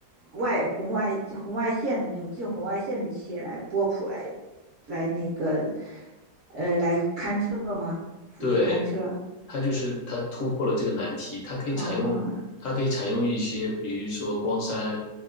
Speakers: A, on the right; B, on the left.
A: 外红外红外线的那种近红外线的这些来波谱来来那个呃来勘测吗？辅助勘测？
B: 对。它就是它突破了这个难题，它可以采用它可以采用一些，
A: 哦，
B: 比如说光栅